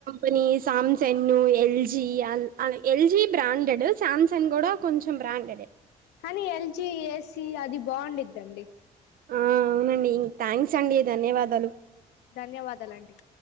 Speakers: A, on the right; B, on the left.
A: వీల్ Samsung L L G ఇ ఎల్ అడ ఎల్‌ జీ బ్రాండెడ్ శామ్‌సంగ్ కూడా కొంచెం బ్రాండెడ్ ఏ
B: కానీ ఎల్జీ ఏసీ అది బాగుండిద్దండి
A: అ అవునండి థ్యాంక్స్ అండి ధన్యవాదాలు
B: ధన్యవాదాలండి